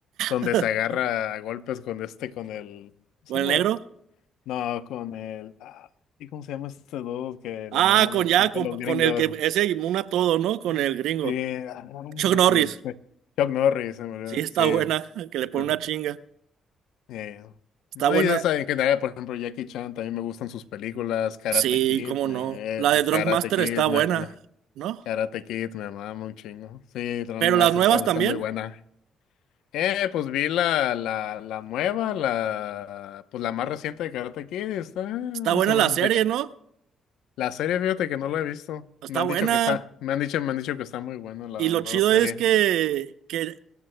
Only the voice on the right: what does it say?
<laughs>
¿Con el negro?
Ah,
con
ya,
con,
con
el que ese inmuna todo, ¿no? Con
el gringo.
Chuck
Norris.
Sí, está
buena, <laughs> que le pone
una chinga.
Está
buena.
Sí,
cómo
no. La de Drunk
Master
está
buena,
¿no?
Pero
las nuevas
también.
Está buena
la serie,
¿no?
Está
buena.
Y lo
chido
es que, que,